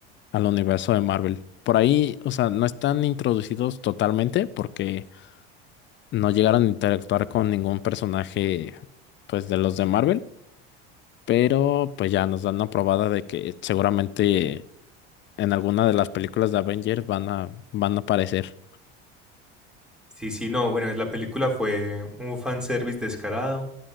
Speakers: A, on the left; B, in the centre.
A: al universo de Marvel. Por ahí, o sea, no están introducidos totalmente porque no llegaron a interactuar con ningún personaje, pues, de los de Marvel, pero pues ya nos dan una probada de que seguramente en alguna de las películas de Avengers van a, van a aparecer.
B: Sí, sí, no, bueno, la película fue un fanservice descarado.